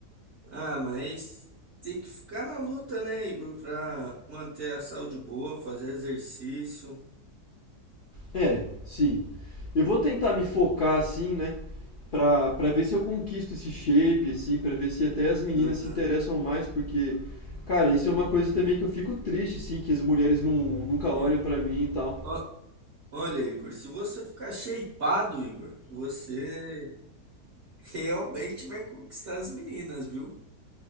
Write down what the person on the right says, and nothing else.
Ah, mas tem que ficar na luta, né, Igor, pra manter a saúde boa, fazer exercício.
Aham,
sim.
Ó- Olha, Igor, se você ficar shapeado, Igor, você realmente vai conquistar as meninas, viu?